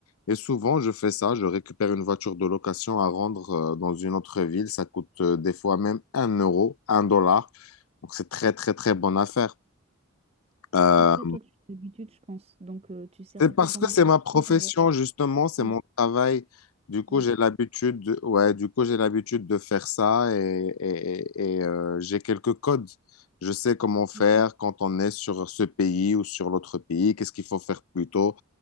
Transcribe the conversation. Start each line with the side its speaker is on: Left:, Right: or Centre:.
Left: Et souvent, je fais ça. Je récupère une voiture de location à rendre euh, dans une autre ville. Ça coûte euh, des fois même un euro, un dollar. Donc, c'est très, très, très bonne affaire. Euh,
Right: Après, toi, tu as l'habitude, je pense, donc euh, tu sais un
Left: c'est
Right: peu
Left: parce
Right: comment
Left: que c'est
Right: t'y
Left: ma
Right: prendre.
Left: profession, justement, c'est
Right: Oui,
Left: mon travail. Du coup,
Right: oui,
Left: j'ai l'habitude de, ouais, du coup, j'ai l'habitude de faire ça et, et- et, et, euh, j'ai quelques codes. Je sais comment faire
Right: oui,
Left: quand on est sur ce pays ou sur l'autre pays, qu'est-ce qu'il faut faire plutôt.